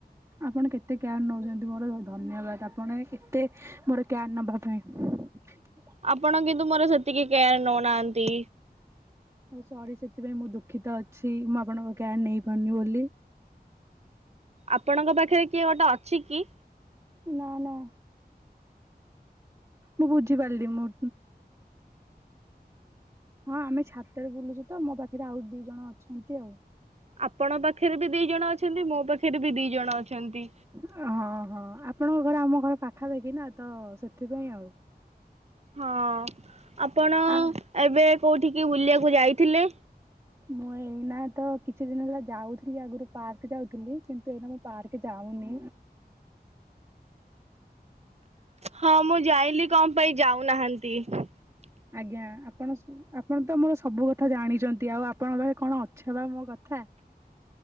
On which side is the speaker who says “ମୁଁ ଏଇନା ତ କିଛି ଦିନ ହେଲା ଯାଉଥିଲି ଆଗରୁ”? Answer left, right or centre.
Right